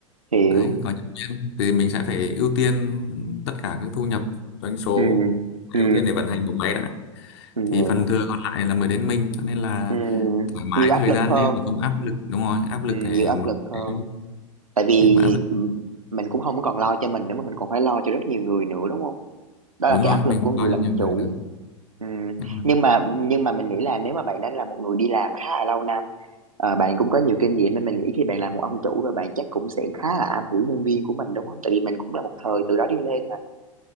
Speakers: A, on the right; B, on the left.
A: hiểu.
B: đấy có nhân viên thì mình sẽ phải ưu tiên tất cả các thu nhập doanh số
A: Ừ, ừ,
B: ưu tiên để vận hành bộ máy đã
A: ừ,
B: thì phần thừa còn lại là mới đến mình cho nên là
A: ừ.
B: thoải mái
A: Nhiều áp
B: thời
A: lực
B: gian
A: hơn.
B: nên mà không áp lực đúng rồi áp lực
A: Ừ,
B: thì
A: nhiều áp
B: một
A: lực hơn.
B: cái
A: Tại vì
B: cái mà áp lực
A: ừ, mình cũng không còn lo cho mình nữa mà mình còn phải lo cho rất nhiều người nữa đúng không? đó
B: đúng
A: là cái
B: rồi
A: áp lực
B: mình phải
A: của người
B: coi cho
A: làm
B: nhiều người
A: chủ
B: nữa
A: Ừm,
B: Em ơi.
A: nhưng mà nhưng mà mình nghĩ là nếu mà bạn đã là một người đi làm khá là lâu năm ờ, bạn cũng có nhiều kinh nghiệm nên mình nghĩ khi bạn là một ông chủ và bạn chắc cũng sẽ khá là am hiểu nhân viên của mình đúng không? Tại vì mình cũng là một thời từ đó đi lên mà